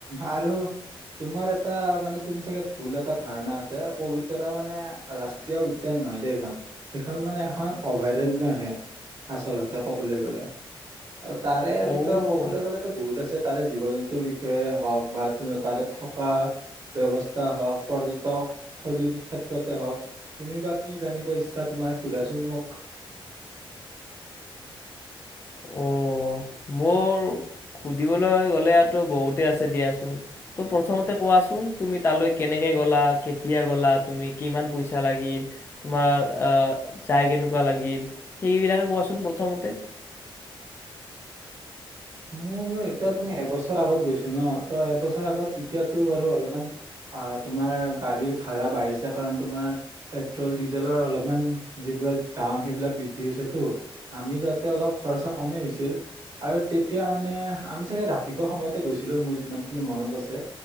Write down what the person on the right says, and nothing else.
আৰু তোমাৰ এটা মানে তুমি চাগে ভুল এটা ধাৰণা আছে পবিতৰা মানে ৰাষ্ট্ৰীয় উদ্যান নহয় দেই সেইখন, সেইখন মানে অভয়াৰণ্যহে। আচলতে ক'বলৈ গ'লে আৰু তাৰে বিষয়ে
কবলৈ গ'লেতো বহুত আছে তাৰে জীৱ জন্তুৰ বিষয়ে হওঁক বা তাৰে থকা ব্যৱস্থা হওঁক পৰ্যটকস্থলীৰ ক্ষেত্ৰতে হওঁক। তুমি বা কি জানিব ইচ্ছা? তোমাৰ সু দিয়াচোন মোক।
মোৰ এতিয়া তুমি এবছৰ আগত গৈছো ন ত এবছৰ আগত এতিয়াতো বাৰু অলপমান আহ তোমাৰ গাড়ীৰ ভা়ড়া বাঢ়িছে কাৰণ তোমাৰ পেট্ৰল ডিজেলৰ অলপমান যিবিলাক দাম সেইবিলাক বৃদ্ধি হৈছেতো, আমি যাওঁতে অলপ খৰচা কমেই হৈছিল আৰু তেতি তেতিয়া মানে আমি চাগে ৰাতিপুৱা সময়তে গৈছিলো মোৰ যিমান খিনি মনত আছে